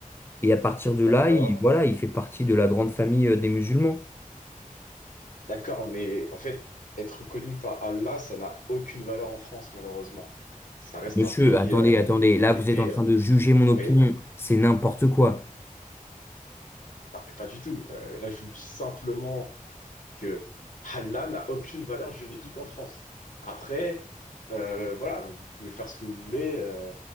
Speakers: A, on the left; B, on the left.
A: et à partir de
B: d'accord.
A: là, il, voilà, il fait partie de la grande famille euh, des musulmans.
B: D'accord, mais en fait, être reconnu par Allah, ça n'a aucune valeur en France, malheureusement. Ça reste
A: Monsieur,
B: un pays
A: attendez,
B: euh,
A: attendez, là
B: qui
A: vous
B: était...
A: êtes en train
B: euh, vous
A: de juger mon opinion,
B: voyez?
A: c'est n'importe quoi.
B: Non, mais pas du tout. Euh, là, je vous dis simplement que Allah n'a aucune valeur juridique en France. Après, euh, voilà, vous pouvez faire ce que vous voulez. euh,